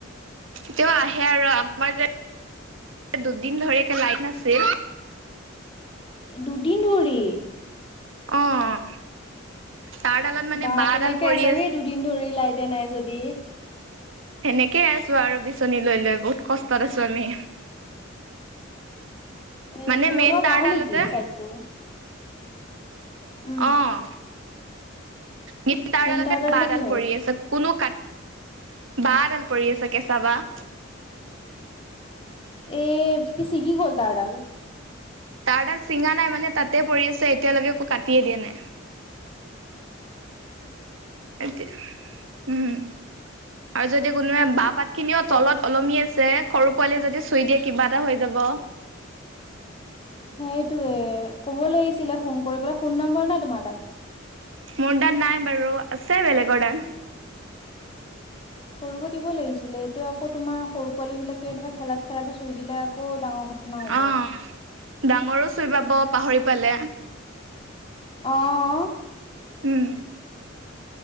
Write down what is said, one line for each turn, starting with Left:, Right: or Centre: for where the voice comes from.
Right: <unintelligible> আহে আৰু আমাৰ যে দুদিন ধৰি একে লাইট নাছিল।
Left: দুদিন ধৰি?
Right: অ'। তাৰডালত মানে
Left: বা
Right: বাঁহডাল
Left: কেনেকে
Right: পৰি
Left: আছে সেই দুদিন ধৰি লাইট নাই যদি।
Right: সেনেকে আছো আৰু বিচনী লৈ লৈ বহুত কষ্টত আছো আমি।
Left: এ
Right: মানে
Left: তোমালোকৰ
Right: মেইন তাৰডালতে
Left: গাৱঁৰ নেকি চাইডটো? উম
Right: অ'। মেইন তাঁৰডালতে
Left: তাঁৰডাললে
Right: বাঁহডাল
Left: কি হ'ল
Right: পৰি আছে। কোনো কাটি বাঁহ এডাল পৰি আছে কেঁচা বাহঁ।
Left: এই কি চিগি ক'ল তাৰঁডাল?
Right: তাৰডাল চিঙা নাই মানে তাতে পৰি আছে। এতিয়ালৈকে একো কাটিয়ে দিয়ে নাই। এতিয়া উম আৰু যদি কোনোবায়ে বাহঁ পাত খিনিও
Left: ই
Right: তলত ওলমি আছে। সৰু পোৱালি যদি চুই দিয়ে কিবা এটা হৈ যাব।
Left: সেইটোৱে ক'ব লাগিছিলে ফোন কৰি পেলায়। ফোন নম্বৰ নাই তোমাৰ তাত?
Right: মোৰ তাত নাই বাৰু আছে বেলেগৰ তাত।
Left: কৰিব দিব লাগিছিলে। এইটো আকৌ তোমাৰ সৰু পোৱালী বিলাকে এনেকুৱা খেলাত খেলাতে চুই দিলে আকৌ ডাঙৰ ঘটনা হ'ব
Right: অ', ডাঙৰো চুই পাব পাহৰি পালে।
Left: আহ।
Right: উম,